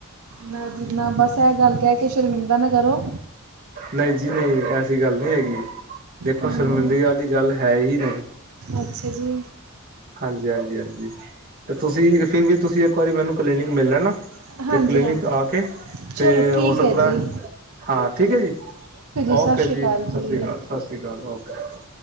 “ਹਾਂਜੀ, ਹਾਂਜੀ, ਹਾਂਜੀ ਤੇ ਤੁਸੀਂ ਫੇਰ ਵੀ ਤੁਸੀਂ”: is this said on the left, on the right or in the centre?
Right